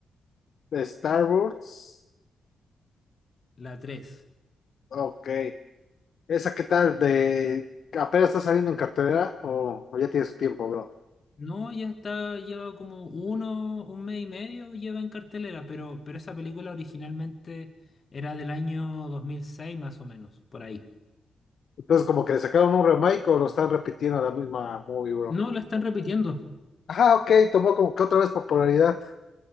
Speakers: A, on the left; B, on the left.
A: de Star Wars,
B: la tres
A: ok. ¿Esa qué tal? De, ¿apenas está saliendo en cartelera o, o ya tiene su tiempo, bro?
B: No, ya está, lleva como uno, un mes y medio lleva en cartelera, pero, pero esa película originalmente era del año 2006 más o menos, por ahí.
A: Entonces, como que le sacaron un remake o lo están repitiendo la misma movie, bro.
B: No, la están repitiendo.
A: Ajá, ok, tomó como que otra vez popularidad.